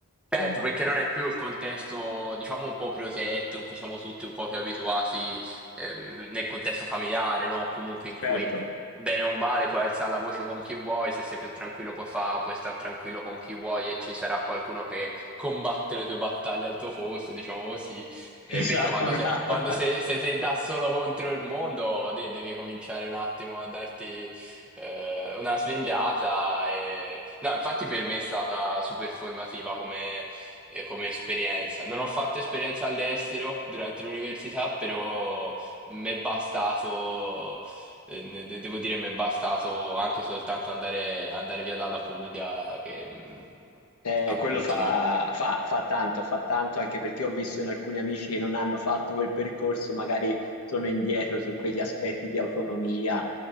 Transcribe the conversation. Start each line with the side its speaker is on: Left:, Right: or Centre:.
Centre: Certo,
Left: insomma,
Centre: perché non è più il contesto, diciamo, un po' protetto, in cui siamo tutti un po' più abituati, ehm, nel contesto familiare, no? Comunque in
Left: certo,
Centre: cui, bene o male, puoi alzare la voce con chi vuoi, se sei più tranquillo puoi fa, puoi stare tranquillo con chi vuoi e ci sarà qualcuno che combatte le tue battaglie al tuo posto, diciamo così. E
Left: <laughs> esatto,
Centre: invece quando
Left: brava.
Centre: sei, quando se, se sei te da solo contro il mondo, de- devi cominciare un attimo a darti eh, una svegliata. E... No, infatti per me è stata super formativa come, eh, come esperienza. Non ho fatto esperienza all'estero durante l'università, però mi è bastato, eh, ne- de- devo dire, mi è bastato anche soltanto andare, andare via dalla Puglia, che mh,
Left: Eh,
Centre: appunto
Left: quello fa, fa, fa tanto, fa tanto anche perché ho visto in alcuni amici che non hanno fatto quel percorso, magari sono indietro su quegli aspetti di autonomia